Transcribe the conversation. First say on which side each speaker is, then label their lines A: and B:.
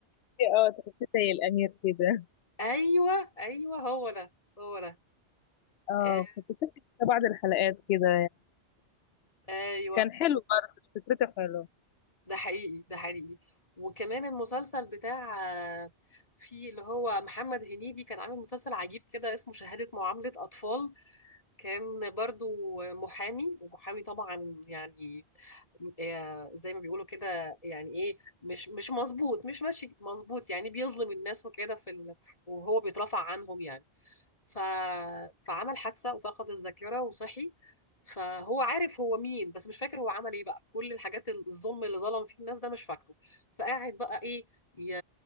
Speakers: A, on the left (about 70°); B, on the left (about 30°).
A: في- اه تحسيه زي الأمير كده
B: ايوه ايوه هو ده هو ده
A: اه
B: آه،
A: كنت شفت كده بعض الحلقات كده
B: ايوه
A: كان حلو برضه فكرته حلوة
B: ده حقيقي ده حقيقي وكمان المسلسل بتاع آه، في اللي هو محمد هنيدي كان عامل مسلسل عجيب كده اسمه شهادة معاملة أطفال كان برضو محامي ومحامي طبعا يعني آه، زي ما بيقولوا كده يعني ايه مش مش مظبوط مش ماشي مظبوط يعني بيظلم الناس وكده في ال... وهو بيترفع عنهم يعني ف... فعمل حادثة وفقد الذاكرة وصحي فهو عارف هو مين بس مش فاكر هو عمل ايه بقى كل الحاجات الظلم اللي ظلم فيه الناس ده مش فاكره فقاعد بقى ايه ي...